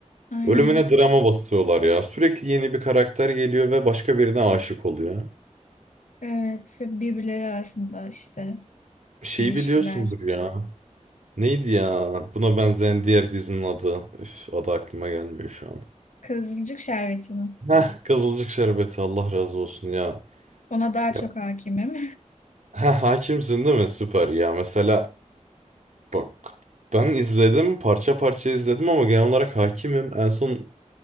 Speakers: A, on the left (about 80°); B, on the right (about 70°).
A: Aynen.
B: Ölümüne drama basıyorlar ya. Sürekli yeni bir karakter geliyor ve başka birine aşık oluyor.
A: Evet ve birbirleri arasında işte
B: Şeyi
A: ilişkiler.
B: biliyorsundur ya. Neydi ya? Buna benzeyen diğer dizinin adı. Üf, adı aklıma gelmiyor şu an.
A: Kızılcık Şerbeti mi?
B: Heh, Kızılcık Şerbeti Allah razı olsun ya.
A: Ona daha
B: Ya
A: çok hakimim.
B: heh, hakimsin değil mi? Süper ya. Mesela Bak ben izledim parça parça izledim ama genel olarak hakimim. En son